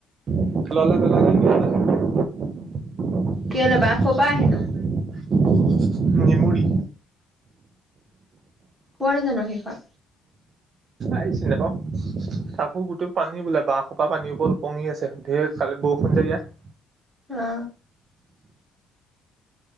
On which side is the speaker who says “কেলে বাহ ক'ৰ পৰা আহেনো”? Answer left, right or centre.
Right